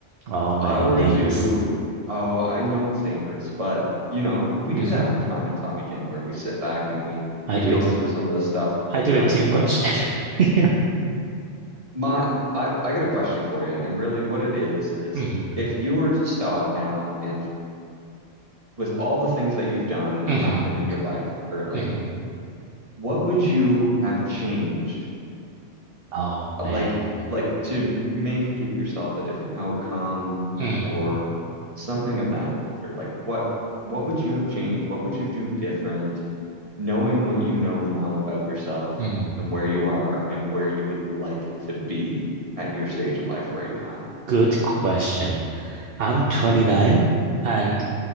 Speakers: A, on the right; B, on the right.
A: Oh
B: if
A: man,
B: I were
A: dangerous.
B: to, oh, I know it's dangerous, but you know, we
A: hmm
B: do that from time and time again where we sit back and we
A: I
B: we
A: do
B: go
A: it.
B: through some of the stuff we've
A: I do
B: done
A: it too
B: in our
A: much.
B: life.
A: <laughs> Yeah.
B: My, I, I got a question for you, and really what it is is
A: hmm
B: if you were to stop now and with all the things that you've done and
A: hmm
B: happened in your life currently,
A: hmm
B: what would you have changed?
A: Oh man.
B: Uh, Like, like to m- maybe give yourself a different outcome
A: Mm.
B: or something of that nature. Like what, what would you have changed? What would you do different, knowing what you know now about yourself
A: Mm.
B: and where you are and where you would like to be at your stage in life right now?
A: Good question. I'm 29 and